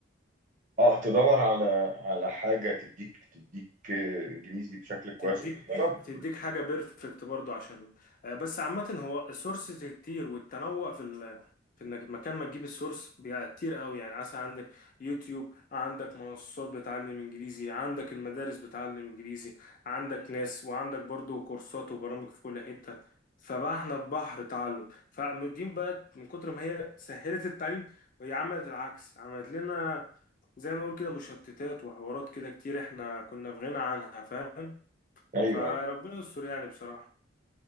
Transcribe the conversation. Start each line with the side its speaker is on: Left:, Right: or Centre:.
Right: اه تدور على على حاجة تديك تديك آه، انجليزي بشكل كويس
Left: تديك
Right: ومحترم
Left: تديك حاجة بيرفكت برضو عشان آه، بس عامة هو السورسز كتير والتنوع في ال... في انك مكان ما تجيب السورس بيبقى كتير قوي يعني عسى عندك يوتيوب عندك منصات بتعلم انجليزي عندك المدارس بتعلم انجليزي عندك ناس وعندك برضو كورسات وبرامج في كل حتة فبقى احنا في بحر تعلم فالدين بقى من كتر ما هي سهلت التعليم وهي عملت العكس عملت لنا زي ما نقول كده مشتتات وحوارات كده كتير احنا كنا في غنى عنها فاهم
Right: ايوه
Left: فربنا
Right: ايوه
Left: يستر يعني بصراحة